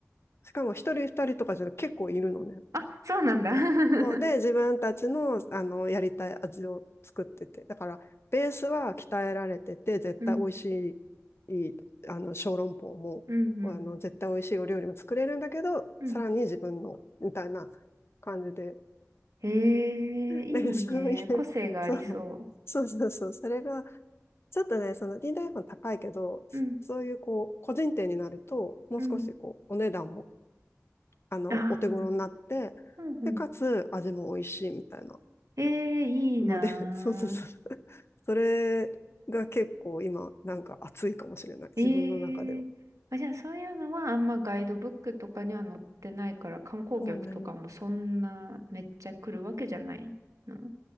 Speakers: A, on the left; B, on the right.
A: しかも一人二人とかじゃなくて結構いるのね。
B: あ、そうなんだ。
A: そうで、
B: <laughs>
A: 自分たちの、あのやりたい味を作ってて、だからベースは鍛えられてて、絶対美味しい、
B: うん、
A: いいあの小籠包もあの絶対美味しいお料理も作れるんだけど、
B: うん、うん、うん。
A: さらに自分のみたいな感じで、
B: へえ、いいね。
A: なんかそういう、
B: 個性がありそ
A: そうそうそうそう、それがちょっとね、その D 台本高いけど、
B: う。うん、
A: そういうこう個人店になると、もう少しこうお値段も
B: うん。
A: あのお手頃になって、
B: ああ、うん、うん。
A: で、かつ味も美味しいみたいな。
B: ええ、いいな
A: ので、<laughs> そうそうそう。<laughs> それが結構今、なんか熱いかもしれない。自分の中では。
B: ええあ、じゃあそういうのはあんまガイドブックとかには載ってないから観光客とかもそんなめっちゃ来るわけじゃないの
A: そうね。